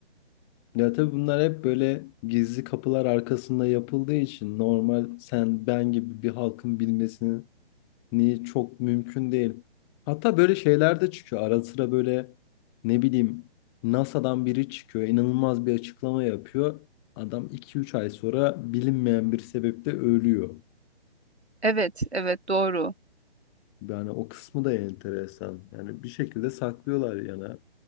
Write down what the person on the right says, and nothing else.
Evet, evet, doğru.